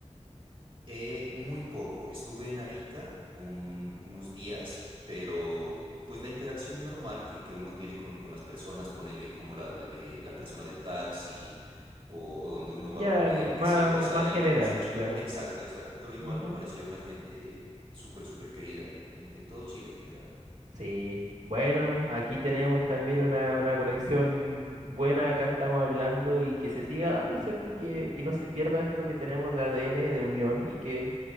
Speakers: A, on the right; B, on the right.
A: Eh, muy poco. Estuve en Arica un- unos días, pero pues la interacción normal que, que uno tiene con, con las personas, ponele como la, la, eh, la persona del taxi o, o donde uno
B: Ya,
A: va a comer,
B: lo más,
A: que siempre sale
B: más
A: ahí
B: general,
A: como su char.
B: claro.
A: Exacto, exacto, pero igual
B: Ujú.
A: me parecía una gente súper, súper querida en, en todo Chile en general.
B: Sí. Bueno, aquí tenemos también una, una conexión buena, acá estamos hablando y que se siga dando, ¿cierto? Que, que no se pierda esto que tenemos de ADN, de unión y que